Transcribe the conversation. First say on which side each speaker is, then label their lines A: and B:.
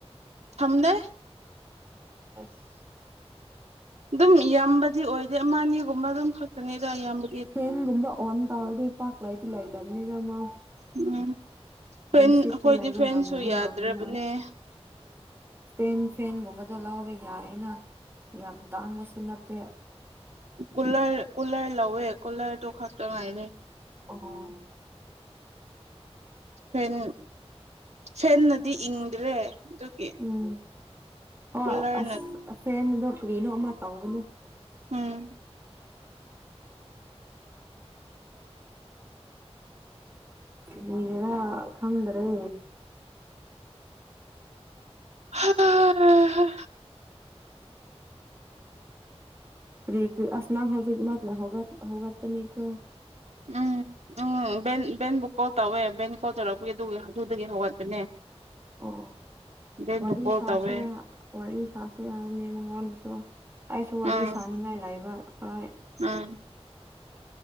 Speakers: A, on the right (about 80°); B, on the right (about 20°).
A: ꯊꯝꯗꯦ
B: ꯑꯁ
A: ꯗꯨꯝ ꯌꯥꯝꯕꯗꯤ ꯑꯣꯏꯗꯦ ꯑꯃ ꯑꯅꯤꯒꯨꯝꯕ ꯑꯗꯨꯝ ꯈꯛꯇꯅꯤꯗ ꯌꯥꯝꯕ
B: ꯐꯦꯟꯒꯨꯝꯕ ꯑꯣꯟ ꯇꯧꯔꯗꯤ ꯄꯥꯛ ꯂꯩꯗꯤ ꯂꯩꯇꯝꯅꯤꯗ ꯃꯣꯢ
A: ꯎꯝ ꯐꯦꯟ
B: ꯅꯨꯡꯁꯤꯠꯇ
A: ꯑꯩꯈꯣꯏꯗꯤ
B: ꯂꯩꯥꯕ
A: ꯐꯦꯟꯁꯨ
B: ꯉꯝꯗꯕ
A: ꯌꯥꯗ꯭ꯔꯕꯅꯦ
B: ꯃꯥꯜꯂꯦ ꯃꯣꯢ ꯁ꯭ꯇꯦꯟ ꯐꯦꯟꯒꯨꯝꯕꯗꯣ ꯂꯧꯕ ꯌꯥꯏꯌꯦꯅ ꯌꯥꯝ ꯇꯥꯡꯕꯁꯨ ꯅꯠꯇꯦ
A: ꯀꯨꯂ꯭ꯔ ꯀꯨꯂ꯭ꯔ ꯂꯧꯋꯦ ꯀꯨꯂ꯭ꯔꯗꯨ ꯈꯛꯇ ꯉꯥꯏꯅꯦ
B: ꯑꯣ
A: ꯐꯦꯟ ꯐꯦꯟꯅꯗꯤ ꯏꯪꯗ꯭ꯔꯦ ꯑꯗꯨꯒꯤ
B: ꯎꯝ ꯍꯣꯏ
A: ꯀꯨꯂꯔꯅ
B: ꯑꯁ ꯑꯥ ꯐꯦꯟꯗꯣ ꯀꯔꯤꯅꯣ ꯑꯃ ꯇꯧꯕꯅꯦ
A: ꯎꯝ
B: <inaudible> ꯀꯔꯤꯒꯤꯔ ꯈꯪꯗ꯭ꯔꯦ
A: ꯍꯥ ꯍꯥ
B: ꯀ꯭ꯔꯤ ꯀ꯭ꯔꯤ ꯑꯁ ꯅꯪ ꯍꯧꯖꯤꯛ ꯉꯥꯟꯅ ꯍꯧꯒꯠꯄ ꯍꯧꯒꯠꯄꯅꯤꯀꯣ
A: ꯎꯝ꯫ ꯎꯝ ꯕꯦꯜ ꯕꯦꯜꯕꯨ ꯀꯣꯜ ꯇꯧꯋꯦ ꯕꯦꯡ ꯀꯣꯜ ꯇꯧꯔꯛꯄꯒꯤ ꯑꯗꯨꯒꯤ ꯑꯗꯨꯗꯒꯤ ꯍꯧꯒꯠꯄꯅꯦ
B: ꯑꯣ
A: ꯕꯦꯟꯕꯨ
B: ꯋꯥꯔꯤ
A: ꯀꯣꯜ
B: ꯁꯥꯁꯦ
A: ꯇꯧꯋꯦ
B: ꯍꯥ ꯋꯥꯔꯤ ꯁꯥꯁꯦ ꯍꯥꯏꯔꯑꯦ ꯃꯉꯣꯟꯗꯁꯨ ꯑꯩꯁꯨ ꯋꯥꯔꯤ
A: ꯎꯝ
B: ꯁꯥꯅꯤꯡꯉꯥꯏ ꯂꯩꯕ ꯍꯣꯏ
A: ꯎꯝ